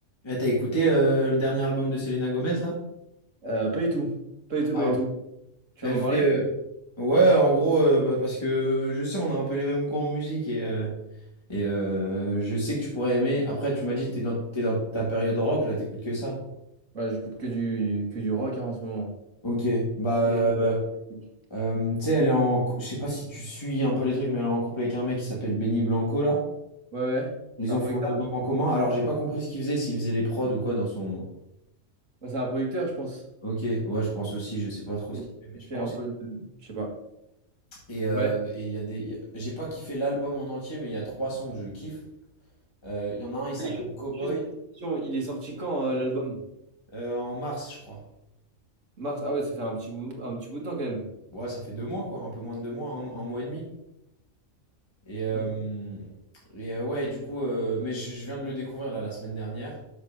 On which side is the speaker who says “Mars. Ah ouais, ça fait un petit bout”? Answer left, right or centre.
Right